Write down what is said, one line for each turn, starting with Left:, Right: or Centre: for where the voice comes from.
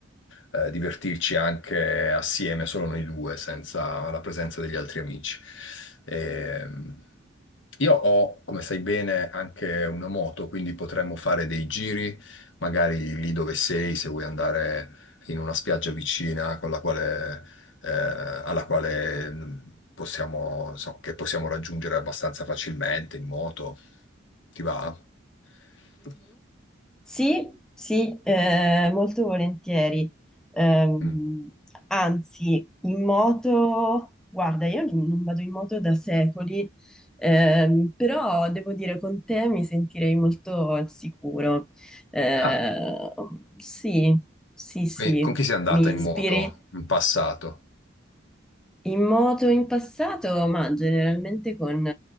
Left: eh, eh, divertirci anche assieme, solo noi due, senza la presenza degli altri amici. Ehm, io ho, come sai bene, anche una moto, quindi potremmo fare dei giri magari lì dove sei, se vuoi andare in una spiaggia vicina con la quale, eh, alla quale mh, possiamo, so, che possiamo raggiungere abbastanza facilmente in moto. Ti va? Ok.
Centre: Sì, sì, eh, molto volentieri. Ehm,
Left: Mm.
Centre: anzi, in moto, guarda, io non non vado in moto da secoli, ehm, però devo dire con te mi sentirei molto al sicuro. Eh,
Left: Ah,
Centre: sì, sì, sì,
Left: e con chi sei andata
Centre: mi
Left: in
Centre: ispiri
Left: moto in passato?
Centre: in moto in passato, ma generalmente con